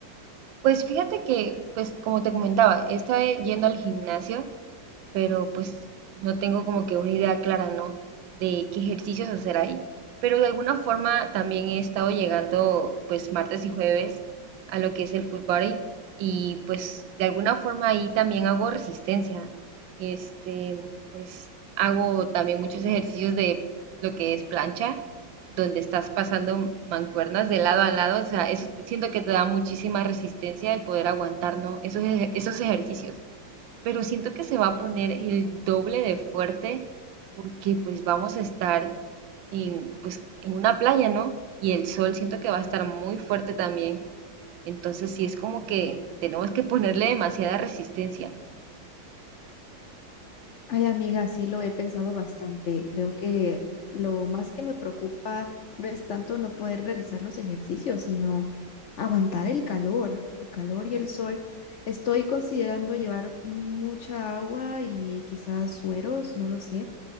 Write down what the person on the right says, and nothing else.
Pues fíjate que, pues como te comentaba, estaba yendo al gimnasio pero pues no tengo como que una idea clara, ¿no? De qué ejercicios hacer ahí. Pero de alguna forma también he estado llegando pues martes y jueves a lo que es el full body y pues de alguna forma ahí también hago resistencia. Este, pues hago también muchos ejercicios de lo que es plancha, donde estás pasando mancuernas de lado a lado, o sea, eso te- siento que te da muchísima resistencia el poder aguantar, ¿no? Esos, eje- esos ejercicios pero siento que se va a poner el doble de fuerte porque pues vamos a estar en, pues, en una playa, ¿no? Y el sol siento que va a estar muy fuerte también. Entonces sí es como que tenemos que ponerle demasiada resistencia.